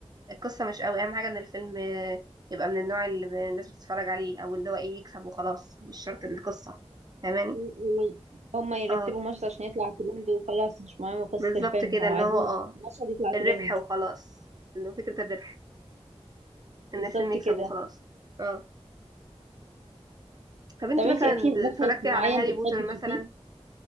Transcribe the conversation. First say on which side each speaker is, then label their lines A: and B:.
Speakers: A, on the right; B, on the right.
A: القصه مش قوي اهم حاجه ان الفيلم آه، يبقى من النوع اللي ب- الناس بتتفرج عليه او اللي هو ايه يكسب وخلاص مش شرط القصه فاهماني
B: و- هما يرتبوا
A: اه
B: مشهد عشان يطلع ترند وخلاص مش مهم قصة
A: بالظبط
B: الفيلم
A: كده
B: هو
A: ان
B: عايزين
A: هو اه
B: مشهد يطلع
A: الربح
B: ترند
A: وخلاص انه فكره الربح ان
B: بالظبط
A: الفيلم يكسب
B: كده
A: وخلاص اه طب انت
B: طب
A: مثلا
B: انتي في مخرج
A: ب- اتفرجتي
B: معين
A: على هاري
B: بتحبي
A: بوتر مثلا
B: تشوفيه